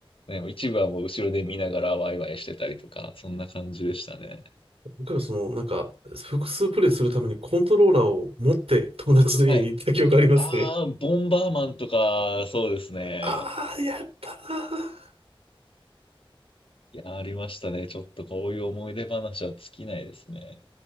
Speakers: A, on the left (about 65°); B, on the right (about 90°).
A: ね、一部はもう後ろで見ながらワイワイしてたりとか、そんな感じでしたね。
B: 僕らその、なんか、複数プレイするためにコントローラーを持って友達の家に行った記憶ありますね。
A: はい。ああ、ボンバーマンとか、そうですね。
B: ああ、やったなー。
A: いや、ありましたね。ちょっとこういう思い出話は尽きないですね。